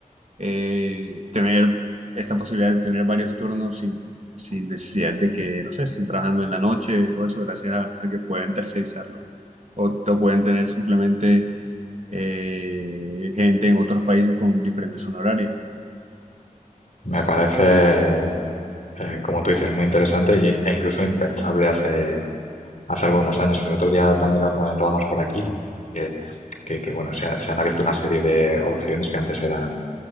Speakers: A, on the right; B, on the left.
A: eh, tener esta posibilidad de tener varios turnos sin, sin necesidad de que, no sé, estén trabajando en la noche o eso, gracias a, a que pueden tercerizarlo. O lo pueden tener simplemente eh, gente en otros países con diferentes zona horaria.
B: me parece, eh, como tú dices, muy interesante y- e incluso impensable hace, hace algunos años. El otro día también lo comentábamos por aquí, que, que, que, bueno, se, ha- se han abierto una serie de opciones que antes eran